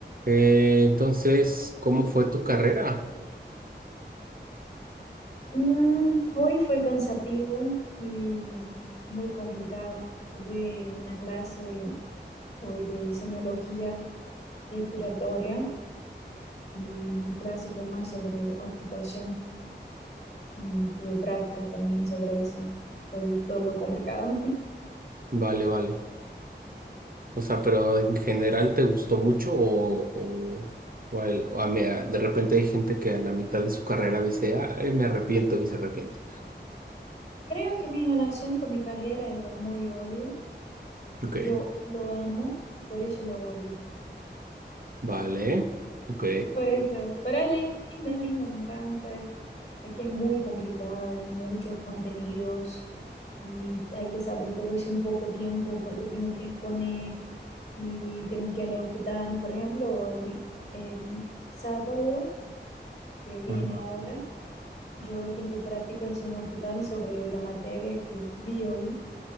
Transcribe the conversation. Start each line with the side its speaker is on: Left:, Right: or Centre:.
Right: Eh, entonces, ¿cómo fue tu carrera?
Left: Mm, hoy fue cansativo y muy complicado. Tuve una clase hoy de semiología respiratoria y mi clase fue más sobre auscultación y tuve prácticas también sobre eso. Fue todo muy complicado.
Right: Vale, vale. O sea, pero en general te gustó mucho o, o, o al- o a me- a- de repente hay gente que a la mitad de su carrera dice, ay, me arrepiento y se arrepiente.
Left: <laughs> Creo que mi relación con mi carrera es de amor y odio.
Right: Ok,
Left: Yo lo amo, por eso lo odio.
Right: vale, ok.
Left: Por eso, pero es linda, es linda, me encanta. Es que es muy complicada, hay muchos contenidos y hay que saber todo eso en poco tiempo porque tengo que exponer y tengo que ir al hospital. Por ejemplo, el el sábado que viene
Right: Ajá.
Left: ahora, yo tengo prácticas en el hospital sobre la materia que vi hoy,